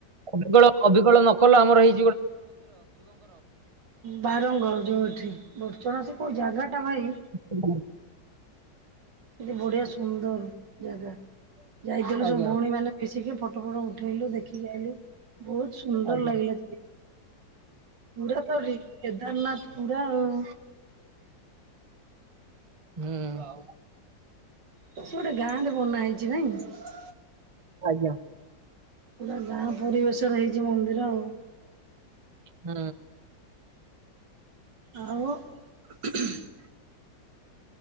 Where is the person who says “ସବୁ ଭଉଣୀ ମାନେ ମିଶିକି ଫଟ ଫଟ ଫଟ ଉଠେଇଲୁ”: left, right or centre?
Right